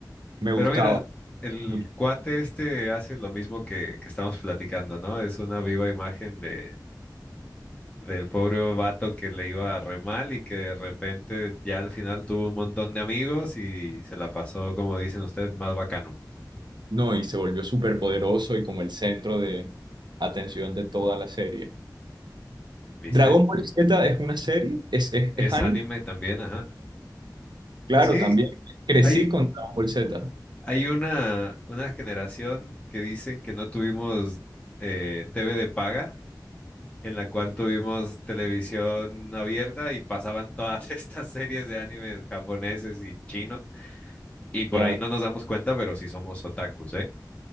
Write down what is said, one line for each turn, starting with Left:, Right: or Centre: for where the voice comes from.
Right: me
Left: Pero
Right: gustaba
Left: mira, el
Right: mucho.
Left: cuate este hace lo mismo que, que estamos platicando, ¿no? Es una viva imagen de, del pobre vato que le iba re mal y que de repente ya al final tuvo un montón de amigos y se la pasó, como dicen ustedes, más bacano,
Right: No, y se volvió súper poderoso y como el centro de atención de toda la serie.
Left: ¿viste?
Right: Dragon Ball Z es una serie, es, es,
Left: Es
Right: es anime.
Left: anime también, ajá.
Right: Claro,
Left: Sí,
Right: también crecí
Left: hay,
Right: con Dragon Ball Z.
Left: hay una, una generación que dicen que no tuvimos eh, TV de paga en la cual tuvimos televisión abierta y pasaban todas <laughs> estas series de animes japoneses y chinos. Y por
Right: Claro.
Left: ahí no nos damos cuenta, pero sí somos otakus, ¿eh?